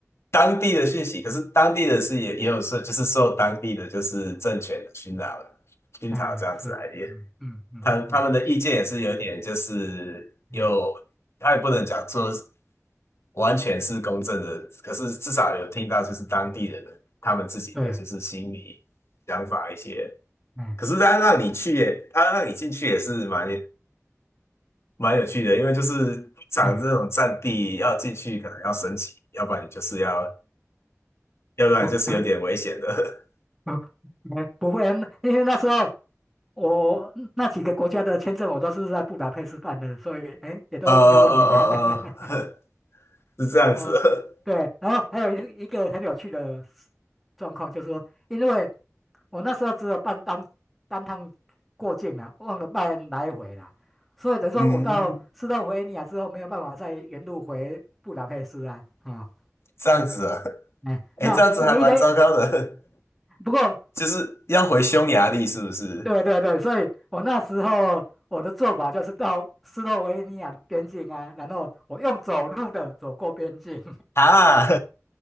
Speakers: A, on the left (about 55°); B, in the centre.
A: 当地的讯息，可是当地的是也也有受，就是受当地的就是政权的熏陶了，熏陶这样子来的。
B: 嗯，是，嗯嗯嗯嗯
A: 他他们的意见也是有点，就是有，
B: 嗯，
A: 他也不能讲说完全是公正的，可是至少有听到就是当地人的他们自己的就是心理想法一些。
B: 对，嗯
A: 可是他让你去也，他让你进去也是蛮蛮有趣的，因为就是通常这种战地要进去可能要升级，
B: 嗯，
A: 要不然就是要，要不然就是有点危险的。
B: 不，嗯不，哎不会啊，因为那时候我那几个国家的签证我都是在布达佩斯办的，所以哎，
A: <laughs>
B: 也都没有问题啊。
A: 呃呃呃呃，
B: <laughs>
A: <laughs> 是这样子。
B: 嗯，
A: <laughs>
B: 对，然后还有一一个很有趣的状况，就是说，因为我那时候只有办单单趟过境啊，忘了办来回啦，所以等于说我到斯洛维尼亚之后，
A: 嗯，
B: 没有办法再原路回布达佩斯啊，啊、
A: 这样子啊，
B: 哎，
A: <laughs> 哎，
B: 那我唯一的
A: 这样子还蛮糟糕的。
B: 不过，
A: 就是要回匈牙利，是不是？
B: 对对对，所以我那时候我的做法就是到斯洛维尼亚的边境啊，然后我用走路的走过边境，
A: 啊，